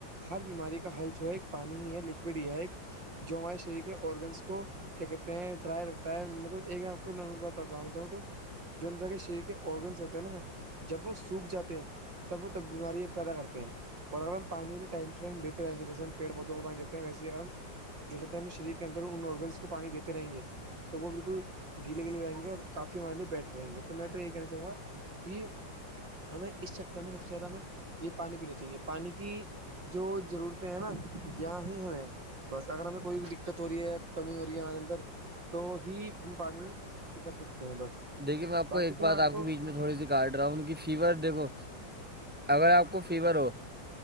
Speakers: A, on the right; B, in the centre.
A: ہر بیماری کا حل جو ہے ایک پانی ہی ہے لکوڈ ہی ہے ایک جو ہمارے شریر کے آرگنس کو کیا کہتے ہیں ڈرائی رکھتا ہے مطلب ایک آپ کو چاہ تو جو انندر کے شریر کے آرگنس ہوتے ہیں نا جب وہ سوکھ جاتے ہیں تب وہ تب بیمارییا پیدا کرتے ہیں اور اگر ہم پانی ان ٹائ ٹائ دیتےیں گے جسے ہم پڑودوں کو پانی دیتے ہیں ویے اگر ہم دیکھتے ہیں ہمیں شریر کے اندر ان آرگنس کو پانی دیتے رہیں گے تو وہ بالکل گیلے گیلے رہیں گے اور کافی یعنی بیٹر رہیں گے تو میں تو یہ کہنا چاہوں گا کہ ہمیں اس چکر میں سب سے زیادہ ہمیں یہ پانی پینا چاہیے پانی کی جو ضرورتیں ہیں نا یہاں ہی ہمیں بس اگر ہمیں کوئی بھی دقت ہو رہی ہے کمی ہو رہی ہے ہمارے اندر تو ہی ہم پانی کر سکتے ہیں بس
B: دیکے میں آپ
A: باقی
B: کو ایک
A: تو
B: بات
A: میں
B: آپ
A: کو
B: کے بیچ میں تھوڑی
A: ہ
B: سی کاٹ رہا ہوں ان کی فیور دیکھو اگر آپ کو فیور ہو